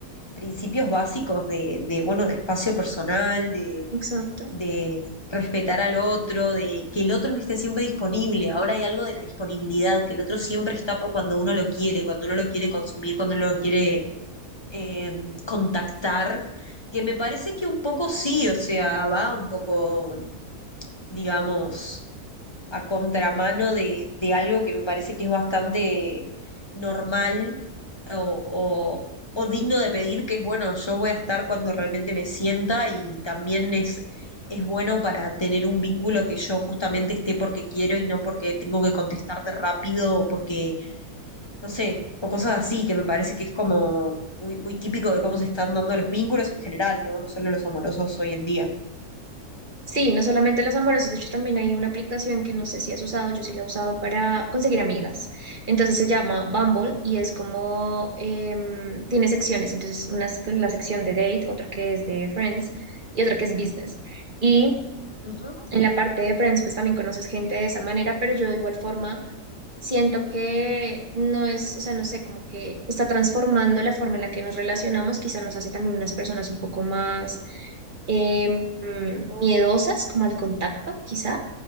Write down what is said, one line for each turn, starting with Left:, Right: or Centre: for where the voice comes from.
Left: principios básicos de, de, bueno, de espacio personal, de,
Right: exacto.
Left: de respetar al otro, de que el otro no esté siempre disponible. Ahora hay algo de la disponibilidad, que el otro siempre está po- cuando uno lo quiere, cuando uno lo quiere consumir, cuando uno lo quiere eh, contactar, que me parece que un poco sí, o sea, va un poco, digamos, a contramano de, de algo que me parece que es bastante normal o, o- o digno de pedir, que es bueno, yo voy a estar cuando realmente me sienta y también es, es bueno para tener un vínculo que yo justamente esté porque quiero y no porque tengo que contestarte rápido o porque no sé, o cosas así, que me parece que es como muy, muy típico de cómo se están dando los vínculos en general, ¿no? No solo los amorosos hoy en día.
Right: Sí, no solamente los amorosos, de hecho también hay una aplicación que no sé si has usado, yo sí la he usado para conseguir amigas. Entonces se llama Bumble y es como, em, tiene secciones, entonces una es la sección de date, otra que es de friends y otra que es business. Y
Left: Ujú.
Right: en la parte de friends pues también conoces gente de esa manera, pero yo de igual forma siento que no es, o sea, no sé, como que está transformando la forma en la que nos relacionamos, quizá nos hace también unas personas un poco más eh, mm, miedosas como al contacto, quizá,